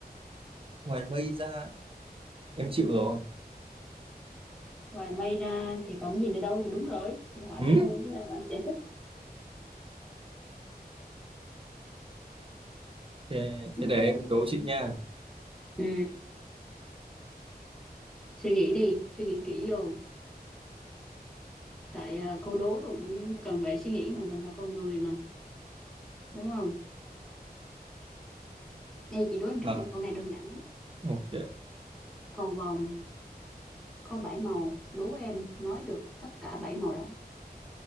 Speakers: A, on the right; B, in the centre.
A: ngoài mây ra em chịu rồi
B: Ngoài mây ra thì còn gì nữa đâu thì đúng rồi. Chị hỏi
A: ừ?
B: vậy thôi chứ còn giải thích.
A: thế,
B: Nhưng
A: thế để
B: mà-
A: em đố chị nha
B: Ừ, suy nghĩ đi, suy nghĩ kỹ vô. tại à, câu đố rồi cũng cần phải suy nghĩ mà mình là con người mà đúng không đây chị đố em trước
A: à,
B: nè câu này đơn giản lắm
A: ok
B: cầu vồng có bảy màu đố em nói được tất cả bảy màu đó